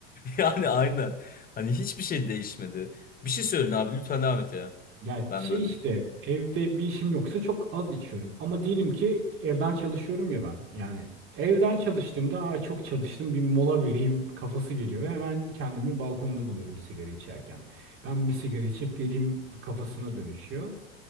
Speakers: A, on the left; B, on the right.
A: Yani aynen hani hiçbir şey değişmedi. Bir şey söyleyin abi lütfen devam et ya
B: Ya
A: ben
B: şey
A: böldüm.
B: işte evde bir işim yoksa çok az içiyorum. Ama diyelim ki evden çalışıyorum ya ben. Yani evden çalıştığımda Aa, çok çalıştım bir mola vereyim kafası geliyor. ve Hemen kendimi balkonda buluyorum sigara içerken. Ben bir sigara içip geleyim kafasına dönüşüyor.